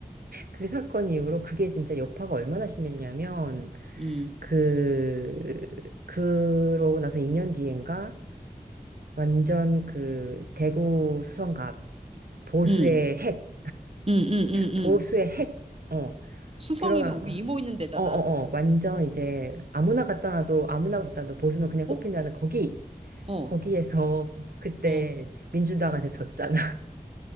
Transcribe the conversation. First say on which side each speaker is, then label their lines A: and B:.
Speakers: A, on the right; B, on the right.
A: 그 사건 이후로 그게 진짜 여파가 얼마나 심했냐면
B: 음,
A: 그 그러고 나서 2년 뒤인가 완전 그 대구 수성갑 보수의
B: 음,
A: 핵
B: 음, 음, 음, 음.
A: 보수의 핵어
B: 수성이면
A: 들어가
B: 우리
A: 어
B: 이모 있는 데잖아.
A: 어 어 어, 완전 이제 아무나 갖다 놔도 아무나 갖다 놔도 보수면 그냥
B: 어,
A: 뽑힌다는 거기
B: 어,
A: 거기에서 그때
B: 어.
A: 민주당한테 졌잖아